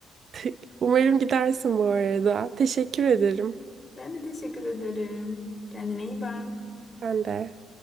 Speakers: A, on the right (about 55°); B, on the left (about 20°).
A: <laughs> Umarım gidersin bu arada. Teşekkür ederim.
B: Ben de teşekkür ederim. Kendine iyi bak.
A: Ben de.